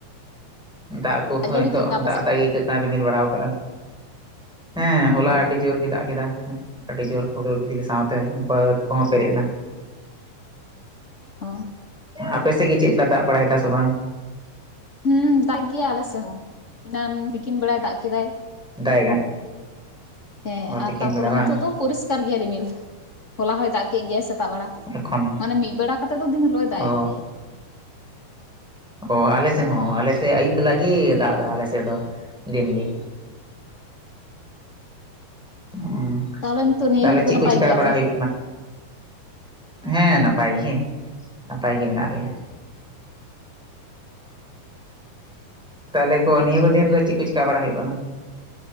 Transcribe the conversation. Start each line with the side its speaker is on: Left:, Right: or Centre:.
Centre: ᱫᱟᱜ ᱠᱚᱦᱚᱸᱭ
Left: ᱡᱟᱹᱲᱤ
Centre: ᱱᱤᱛᱚᱜ
Left: ᱠᱚ ᱪᱮᱫᱠᱟ ᱟᱯᱮ
Centre: ᱫᱟᱜ
Left: ᱥᱮᱫ?
Centre: ᱫᱟᱜ ᱜᱮ ᱟᱹᱭᱠᱟᱹᱜ ᱠᱟᱱᱟ ᱨᱤᱢᱤᱞ ᱵᱟᱲᱟ ᱠᱟᱜᱼᱟ ᱦᱮᱸ ᱦᱚᱞᱟ
Left: ᱚ
Centre: ᱟᱹᱰᱤ ᱡᱳᱨ ᱜᱮ ᱫᱟᱜ ᱠᱮᱫᱟ ᱟᱹᱰᱤ ᱡᱳᱨ ᱦᱩᱲᱩᱨ ᱠᱷᱤᱡᱞᱤ ᱥᱟᱶᱛᱮ ᱵᱟᱹᱫᱽ ᱠᱚᱦᱚᱸ ᱯᱮᱨᱮᱡ ᱮᱱᱟ᱾
Left: ᱚ
Centre: ᱟᱯᱮ ᱥᱮᱫ ᱜᱮ ᱪᱮᱫ ᱞᱮᱠᱟ ᱫᱟᱜ ᱵᱟᱲᱟᱭ ᱫᱟ ᱥᱮ ᱵᱟᱝ?
Left: ᱦᱩᱸ ᱫᱟᱜ ᱜᱮᱭᱟ ᱟᱞᱮ ᱥᱮᱫ ᱦᱚᱸ ᱮᱱᱟᱱ ᱛᱤᱠᱤᱱ ᱵᱮᱲᱟᱭ ᱫᱟᱜ ᱠᱮᱫᱟᱭ᱾
Centre: <unintelligible>
Left: ᱦᱮᱸ
Centre: ᱚ
Left: ᱟᱨ
Centre: ᱛᱤᱠᱤᱱ
Left: ᱛᱟᱨᱯᱚᱨᱮ
Centre: ᱵᱮᱲᱟ
Left: ᱱᱤᱛᱚᱜ
Centre: ᱵᱟᱝ
Left: ᱫᱚ ᱯᱚᱨᱤᱥᱠᱟᱨ ᱜᱮᱭᱟ ᱨᱤᱢᱤᱞ᱾ ᱦᱚᱞᱟ ᱦᱚᱭ ᱫᱟᱜ ᱠᱮᱫ ᱜᱮᱟᱭ ᱥᱮᱛᱟᱜ ᱵᱮᱲᱟ
Centre: ᱮᱠᱷᱚᱱ
Left: ᱢᱟᱱᱮ ᱢᱤᱫ ᱵᱮᱲᱟ ᱠᱟᱛᱮᱜ ᱫᱚ ᱫᱤᱱ ᱦᱤᱞᱳᱜ ᱮ ᱫᱟᱜ
Centre: ᱚ
Left: ᱮ ᱜᱮᱭᱟᱭ᱾
Centre: ᱚ ᱟᱞᱮ ᱥᱮᱫ ᱦᱚᱸ ᱟᱞᱮ ᱥᱮᱫ ᱟᱹᱭᱩᱵ ᱵᱮᱞᱟ ᱜᱮ ᱫᱟᱜ ᱮᱫᱟ ᱟᱞᱮ ᱥᱮᱫ ᱫᱚ ᱫᱤᱱ ᱜᱮ᱾ ᱦᱮᱸ
Left: ᱛᱟᱦᱚᱞᱮ ᱱᱤᱛᱚᱜ ᱱᱤᱭᱟᱹ
Centre: ᱛᱟᱦᱞᱮ
Left: ᱜᱷᱟᱹᱲᱤᱡ
Centre: ᱪᱮᱫ
Left: ᱫᱚ ᱱᱟᱯᱟᱭ
Centre: ᱠᱚ ᱪᱤᱠᱟᱹ
Left: ᱜᱮᱭᱟᱯᱮ?
Centre: ᱵᱟᱲᱟ ᱦᱩᱭᱩᱜ ᱠᱟᱱᱟ᱾ ᱦᱮᱸ ᱱᱟᱯᱟᱭ ᱜᱮ ᱱᱟᱯᱟᱭ ᱜᱮ ᱢᱮᱱᱟᱜ ᱞᱮᱭᱟ᱾ ᱛᱟᱦᱞᱮ ᱠᱚ ᱱᱤᱭᱟᱹ ᱠᱚ ᱫᱤᱱᱨᱮ ᱪᱮᱫ ᱠᱚ ᱪᱤᱠᱟ ᱵᱟᱲᱟ ᱦᱩᱭᱩᱜ ᱠᱟᱱᱟ᱾